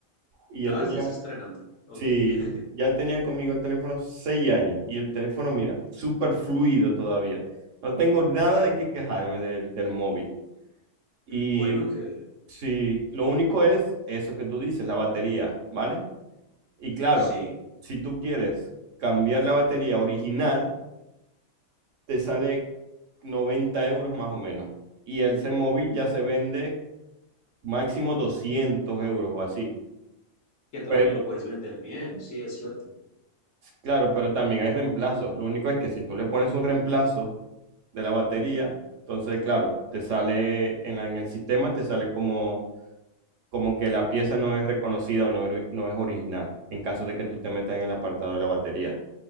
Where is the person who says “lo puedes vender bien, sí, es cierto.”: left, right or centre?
Left